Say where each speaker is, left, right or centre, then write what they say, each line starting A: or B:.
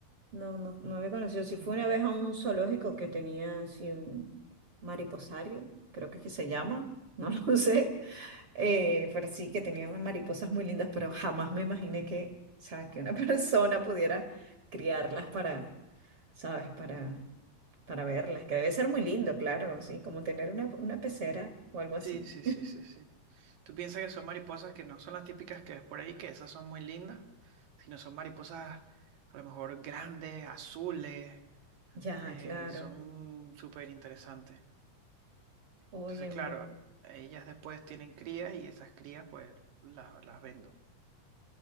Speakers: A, on the right; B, on the right.
A: No, no, no había conocido. Si
B: Ujú.
A: fue una vez a un zoológico que tenía así un mariposario, creo que es que se llama, no <laughs> lo sé. Eh,
B: <laughs>
A: pero sí, que tenía unas mariposas muy lindas, pero jamás me imaginé que, o sea, que una <laughs> persona pudiera criarlas para, ¿sabes? Para, para verlas, que debe ser muy lindo, claro, sí, como tener una, una pecera o algo así.
B: Sí, sí, sí, sí, sí. Tú piensas que son mariposas que no son las típicas que ves por ahí, que esas son muy lindas, sino son mariposas a lo mejor grandes, azules,
A: Ya,
B: eh,
A: claro.
B: son súper interesantes.
A: Oye,
B: Entonces, claro,
A: mu-
B: ellas después tienen crías y esas crías pues las, las vendo.